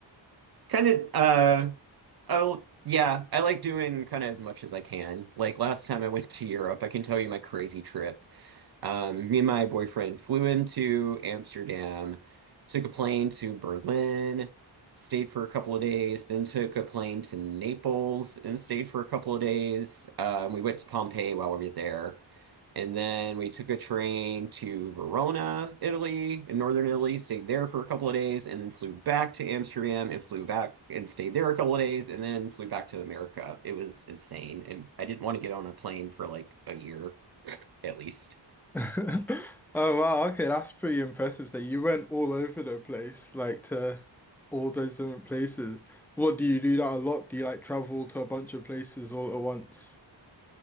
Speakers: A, on the right; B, in the centre.
A: Kind of uh oh yeah, I like doing kind of as much as I can. Like last time I went to Europe, I can tell you my crazy trip. Um, me and my boyfriend flew into Amsterdam, took a plane to Berlin, stayed for a couple of days, then took a plane to Naples and stayed for a couple of days. Um, we went to Pompeii while we were there. And then we took a train to Verona, Italy, in northern Italy, stayed there for a couple of days, and then flew back to Amsterdam and flew back and stayed there a couple of days, and then flew back to America. It was insane. And I didn't want to get on a plane for like a year at least.
B: <laughs> Oh wow, okay, that's pretty impressive that you went all over the place, like to all those different places. What do you do that a lot? Do you like travel to a bunch of places all at once?